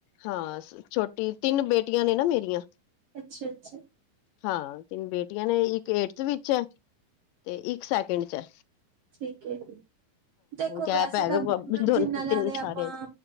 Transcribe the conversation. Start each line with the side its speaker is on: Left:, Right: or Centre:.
Left: ਹਾਂ ਛੋਟੀ ਤਿੰਨ ਬੇਟੀਆਂ ਨੇ ਨਾ ਮੇਰੀਆਂ।
Right: ਅੱਛਾ -ਅੱਛਾ।
Left: ਹਾਂ ਤਿੰਨ ਬੇਟੀਆਂ ਨੇ ਇੱਕ ਏਠਥ ਵਿੱਚ ਐ, ਤੇ ਇੱਕ ਸੈਕਿੰਡ ਚ ਐ।
Right: ਠੀਕ ਹੈ ਜੀ। ਦੇਖੋ
Left: ਗੈਪ
Right: ਵੈਸੇ
Left: ਹੈਗਾ
Right: ਤਾਂ
Left: ਦੋਨੋ
Right: ਜਿੰਨਾ
Left: ਤਿੰਨ
Right: ਜ਼ਿਆਦਾ ਆਪਾਂ
Left: ਸਾਰਿਆਂ ਚ